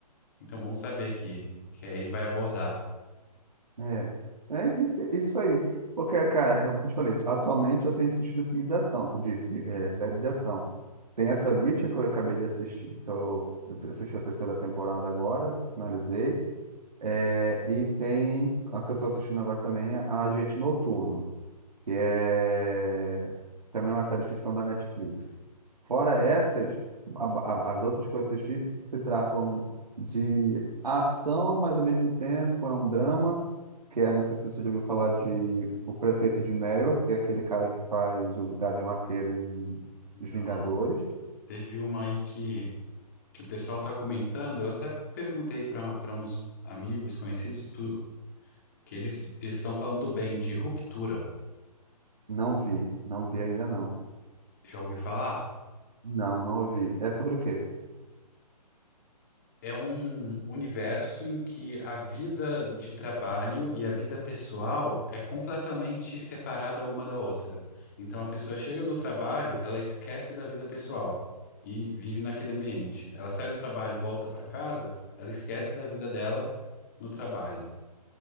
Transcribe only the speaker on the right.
É, é isso, isso aí. Porque, cara, é como eu te falei, atualmente eu tenho assistido filme de ação, de fi- é, série de ação. Tem essa Reacher que eu acabei de assistir, tô, assisti a terceira temporada agora, finalizei. É, e tem a que eu tô assistindo agora também, a Agente Noturno que é também é uma série de ficção da Netflix. Fora essas, a- a- as outras que eu assisti se tratam de ação, mas ao mesmo tempo é um drama, que é, não sei se você já ouviu falar de O Prefeito de Mayor, que é aquele cara que faz o Gavião Arqueiro em
Os Vingadores.
Não vi, não vi ainda não.
Não, não ouvi. É sobre o quê?